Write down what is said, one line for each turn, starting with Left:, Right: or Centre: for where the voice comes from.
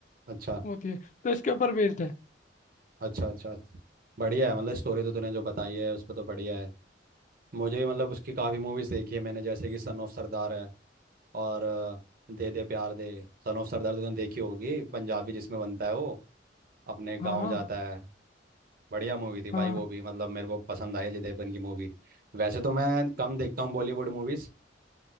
Right: अच्छा
Left: होती है तो इसके ऊपर बेस्ड है
Right: अच्छा अच्छा बढ़िया है मतलब स्टोरी तो तूने जो बताई है उस पर तो बढ़िया है मुझे भी मतलब उसकी काफ़ी मूवीज़ देखी है मैंने जैसे कि सन ऑफ सरदार है और अ, दे दे प्यार दे सन ऑफ सरदार तो तूने देखी होगी पंजाबी जिसमें बनता है वो अपने गांव
Left: हाँ
Right: जाता है बढ़िया मूवी थी भाई
Left: हाँ
Right: वो भी मतलब मेरे को पसंद आई अजय देवगन की मूवी वैसे तो मैं कम देखता हूँ बॉलीवुड मूवीज़